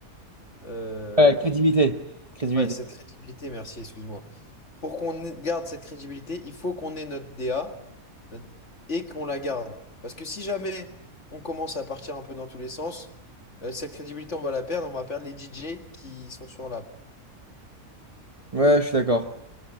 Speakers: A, on the left (about 50°); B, on the right (about 25°).
A: Euh,
B: Ouais, crédibilité. Crédibilité.
A: ouais, cette crédibilité, merci, excuse-moi. Pour qu'on ait- garde cette crédibilité, il faut qu'on ait notre DA notre- et qu'on la garde. Parce que si jamais on commence à partir un peu dans tous les sens, euh, cette crédibilité, on va la perdre, on va perdre les DJ qui sont sur la
B: Ouais, je suis d'accord.